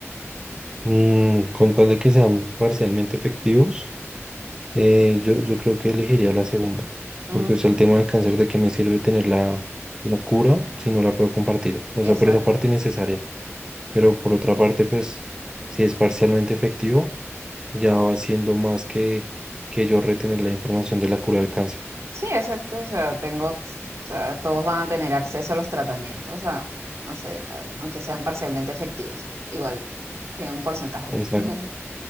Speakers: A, on the right; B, on the right.
A: Mm, con tal de que sean parcialmente efectivos, eh, yo, yo creo que elegiría la segunda.
B: Mm,
A: Porque, o sea, el tema del cáncer, ¿de qué me sirve tener la, la cura si no la puedo compartir? O
B: exacto.
A: sea, por esa parte innecesaria. pero por otra parte, pues si es parcialmente efectivo, ya va siendo más que, que yo retener la información de la cura del cáncer.
B: Sí, exacto. O sea, tengo, o sea, todos van a tener acceso a los tratamientos, a- no sé, a- aunque sean parcialmente efectivos. Igual tiene un porcentaje
A: Exacto,
B: <laughs>